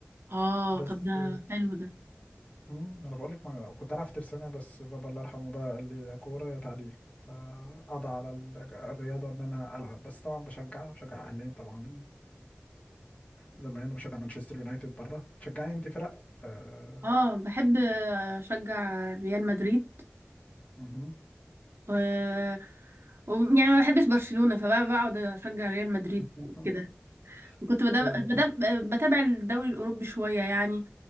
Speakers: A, on the right (about 65°); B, on the left (about 35°).
A: اه
B: بس
A: طب ده حلو ده
B: امم انا بقول لك ما كنت العب في ترسانه بس بابا الله يرحمه بقى قال لي يا كوره يا تعليم فقضى على ال- الرياضه ان انا العب بس طبعا بشجع بشجع اهلي طبعا زي ما انا بشجع مانشستر يونايتد بره تشجعي انت فرق آه.
A: اه بحب اشجع ريال مدريد
B: مهم.
A: و... و... يعني ما بحبش برشلونة فبقى بقعد اشجع ريال مدريد
B: <laughs>
A: كده وكنت بدأ...
B: ايوه
A: بدأ...
B: بس
A: بتابع الدوري الاوروبي شوية يعني